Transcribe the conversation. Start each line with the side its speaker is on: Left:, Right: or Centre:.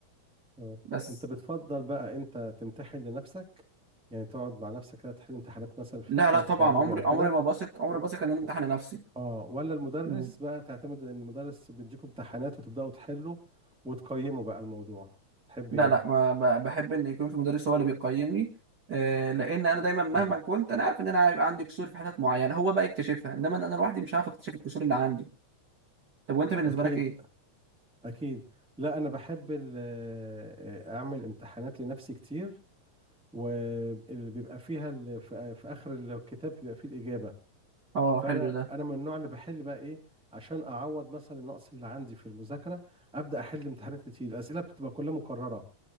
Centre: اه
Right: بس
Centre: انت بتفضل بقى انت تمتحن لنفسك يعني تقعد مع نفسك كده تحل امتحانات مثلا في
Right: لا
Centre: كتاب
Right: لا طبعا
Centre: خارجي
Right: عمري
Centre: او كده
Right: عمري ما بثق عمري
Centre: و...
Right: ما بثق ان انا امتحن
Centre: و...
Right: نفسي
Centre: اه ولا المدرس
Right: مم.
Centre: بقى تعتمد ان المدرس بيديكم امتحانات وتبدأوا تحلوا وتقيموا بقى الموضوع تحب
Right: لا
Centre: ايه
Right: لا ما ب- بحب ان يكون في مدرس هو اللي بيقيمني آه، لان انا دايما مهما
Centre: مم.
Right: كنت انا عارف ان انا هيبقى عندي كسور في حتت معينه هو بقى يكتشفها انما انا أنا لوحدي مش عارف اكتشف الكسور اللي عندي طب وانت بالنسبه
Centre: اكيد
Right: لك ايه
Centre: اكيد لا انا بحب ال- آه، اعمل امتحانات لنفسي كتير وبيبقى فيها ال- في في اخر الكتاب بيبقى فيه الاجابه
Right: اه
Centre: فانا
Right: حلو ده
Centre: انا من النوع اللي بحل بقى ايه عشان اعوض مثلا النقص اللي عندي في المذاكره ابدا احل امتحانات كتير الاسئله بتبقى كلها مكرره